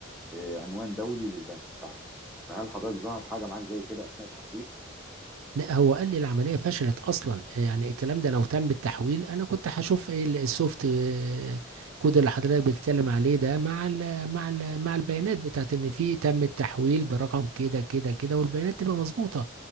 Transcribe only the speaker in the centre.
آه، عنوان دولي للبنك بتاعنا فهل حضرتك ظهر حاجة معاك زي كده أثناء التحويل؟